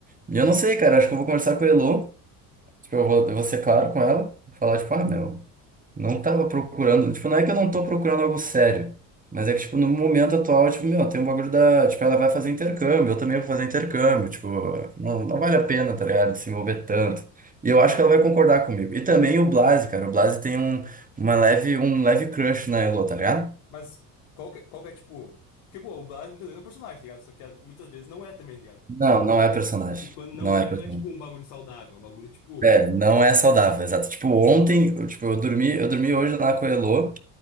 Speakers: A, on the right (about 15°); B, on the left (about 65°).
A: E eu não sei, cara, acho que eu vou conversar com a Elo. Tipo, eu vou, eu vou ser claro com ela. Falar, tipo, ah, meu, não tava procurando. Tipo, não é que eu não tô procurando algo sério. Mas é que, tipo, no momento atual, tipo, meu, tem um bagulho da. Tipo, ela vai fazer intercâmbio, eu também vou fazer intercâmbio. Tipo, não, não vale a pena, tá ligado? Se envolver tanto. E eu acho que ela vai concordar comigo. E também o Blase, cara. O Blase tem um, uma leve, um leve crush na Elo, tá ligado?
B: Mas qual que, qual que é, tipo. Porque, pô, o Blas muitas vezes é um personagem, ligado? Só que ah, muitas vezes não é também, ligado?
A: Não, não é personagem.
B: E quando não
A: Não é
B: é,
A: personagem.
B: não é tipo um bagulho saudável, é um bagulho tipo.
A: É, não é saudável, exato. Tipo, ontem, eu, tipo, eu dormi, eu dormi hoje lá com a Elo.